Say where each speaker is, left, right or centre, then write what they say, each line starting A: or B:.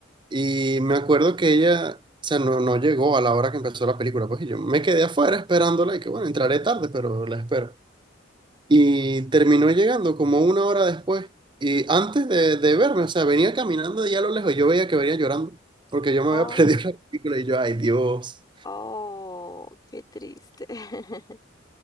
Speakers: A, on the right; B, on the left.
A: Y me acuerdo que ella, o sea, no, no llegó a la hora que empezó la película. Pues y yo me quedé afuera esperándola y que, bueno, entraré tarde, pero la espero. Y terminó llegando como una hora después. Y antes de, de verme, o sea, venía caminando de allá a lo lejos. Yo veía que venía llorando porque yo me
B: Oh,
A: había <laughs> perdido la película y yo, ay Dios.
B: oh, qué triste. <laughs>